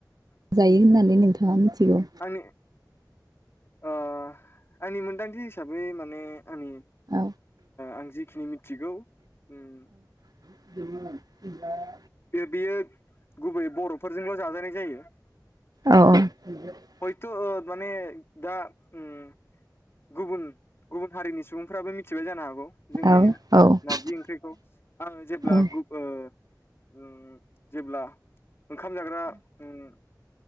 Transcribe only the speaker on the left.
आंनि ओ आंनि मोनदांथि हिसाबै माने ओम आंनि
आं जेखिनि मिथिगौ उम
बियो गुबै बर'फोरजोंल' जाजानाय जायो।
हयथ' ओ माने दा उम गुबुन गुबुन हारिनि सुबुंफ्राबो मिथिबाय जानो हागौ जोंनि
नारजि ओंख्रिखौ आङो जेब्ला
ओ ओम जेब्ला ओंखाम जाग्रा उम